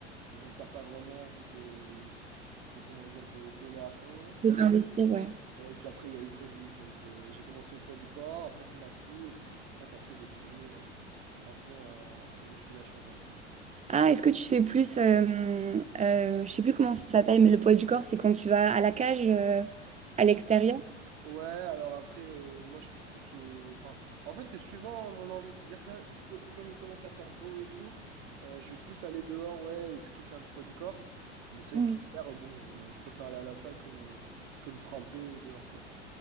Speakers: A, on the right; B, on the right.
A: Donc, t'as pas vraiment envie de, de comment dire, de donner à fond.
B: de t'investir, ouais.
A: Euh, Et puis après, il y a eu le Covid. Donc, euh, j'ai commencé au poids du corps. Après, ça m'a plu. Et du coup, c'est pour ça qu'après, j'ai fini euh, un peu en, en musculation, quoi.
B: Ah, est-ce que tu fais plus, euh, euh, je sais plus comment ça s'appelle, mais le poids du corps, c'est quand tu vas à la cage, euh, à l'extérieur?
A: Ouais, alors après, euh, moi je fais plus. euh, Enfin, en fait, c'est suivant mon envie. C'est-à-dire que là, co- comme il commence à faire beau et tout, euh, je vais plus aller dehors, ouais, et plutôt faire du poids du corps. Mais c'est
B: Hmm.
A: vrai que l'hiver, euh, bon, euh, je préfère aller à la salle que me, que me tremper dehors, quoi.